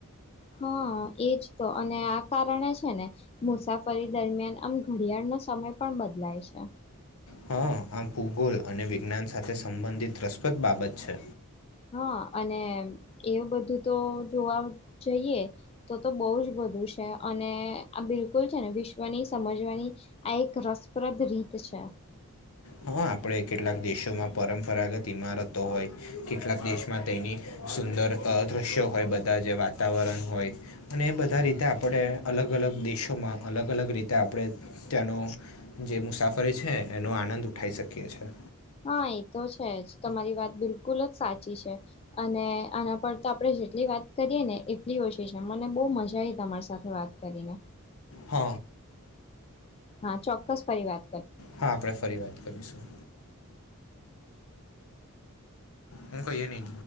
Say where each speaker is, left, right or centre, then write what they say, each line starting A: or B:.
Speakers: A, on the left (about 25°); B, on the left (about 70°).
A: હું. એજ તો અને આ કારણે છે ને મુસાફરી દરમિયાન આમ ઘડિયાળનો સમય પણ બદલાય છે
B: હા આમ ભૂગોલ અને વિજ્ઞાન સાથે સંબંધિત રસપ્રદ બાબત છે
A: હા અને એવું બધું તો જોવા જઈએ તો તો બહુ જ બધું છે અને આ બિલકુલ છે ને વિશ્વની સમજવાની આ એક રસપ્રદ રીત છે
B: હા આપણે કેટલાક દેશોમાં પરંપરાગત ઈમારતો હોય કેટલાક દેશમાં તેની સુંદર અ દ્રશ્યો હોય બધા જે વાતાવરણ હોય અને એ બધા રીતે આપણે અલગ અલગ દેશોમાં અલગ અલગ રીતે આપણે ત્યાનો જે મુસાફરી છે એનો આનંદ ખાય શકીએ છે
A: હા એ તો છે જ તમારી વાત બિલકુલ જ સાચી છે અને આના પર તો આપણે જેટલી વાત કરીએ ને એટલી ઓછી છે મને બોવ મજા આવી તમારી સાથે વાત કરીને
B: હ
A: હા ચોક્કસ પરિવાર
B: હા આપણેે ફરી વાત કરીશું હું કહી એ નહી